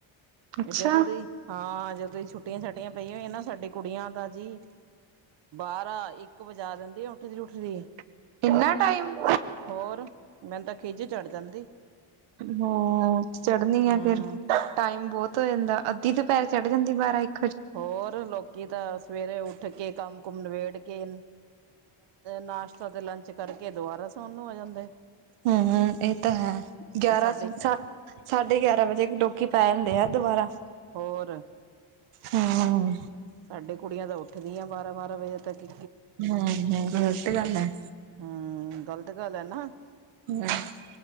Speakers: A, on the right; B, on the right.
A: ਅੱਛਾ
B: ਜਦੋਂ ਦੀ ਹਾਂ ਜਦੋਂ ਛੁੱਟੀਆਂ ਛੁੱਟੀਆਂ ਪਈਆਂ ਹੋਈ ਨਾ ਸਾਡੇ ਕੁੜੀਆਂ ਤਾਂ ਜੀ ਬਾਹਾਰ ਇੱਕ ਵਜਾ ਦਿੰਦੇ। ਉੱਠਦੀ ਉੱਠਦੀ ਹੈ
A: ਇੰਨਾ ਟਾਈਮ
B: ਹੋਰ ਮੈਨੂੰ ਤਾਂ ਖੀਝ ਚੜ ਜਾਂਦੀ।
A: ਹਾਂ ਚੜ੍ਹਨੀ
B: ਹਮ
A: ਆ ਫੇਰ ਟਾਈਮ ਬਹੁਤ ਹੋ ਜਾਂਦਾ। ਅੱਧੀ ਦੁਪਹਿਰ ਚੜ ਜਾਂਦੀ ਬਾਰਾਂ-ਇਕ
B: ਹੋਰ ਲੋਕੀ ਤਾਂ ਸਵੇਰੇ ਉੱਠ ਉੱਠ ਕੇ ਕੰਮ ਕੁਮ ਨਿਬੇੜ ਕੇ, ਨਾਸ਼ਤਾ ਤੇ ਲੰਚ ਕਰਕੇ ਦੁਬਾਰਾ ਸੋਣ ਨੂੰ ਹੋ ਜਾਂਦੇ।
A: ਹੂੰ ਹੂੰ ਇਹ ਤਾਂ ਹੈ ਗਿਆਰਾਂ
B: ਸਾਡੇ
A: ਸਾ ਸਾਢੇ ਗਿਆਰਾਂ ਵਜੇ ਲੋਕੀ ਪੈ ਜਾਂਦੇ ਐ ਦੁਬਾਰਾ
B: ਹੋਰ
A: ਹਮ
B: ਸਾਡੇ ਕੁੜੀਆਂ ਦਾ ਉੱਠ ਉੱਠਦੀਆਂ ਬਾਰਾਂ ਬਾਰਾਂ ਵਜੇ ਤੱਕ ਈ
A: ਹੂੰ ਹੂੰ ਗੱਲਤ ਗੱਲ ਹੈ।
B: ਹੂੰ ਗਲਤ ਗੱਲ ਹੈ ਨਾ
A: ਹਮ